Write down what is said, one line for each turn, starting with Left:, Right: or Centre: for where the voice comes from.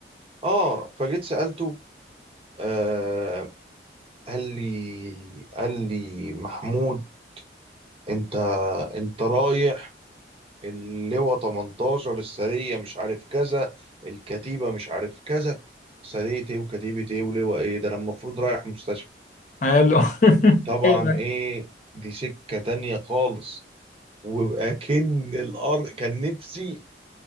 Right: اه فجيت سالته آه قال لي قال لي محمود انت انت رايح اللواء 18 السريه مش عارف كذا الكتيبه مش عارف كذا سريه ايه وكتيبه ايه ولواء ايه ده انا المفروض رايح مستشفى
Left: حلو <laughs>
Right: طبعا
Left: ايوه
Right: ايه دي سكه تانية خالص ويبقى كن الارض كان نفسي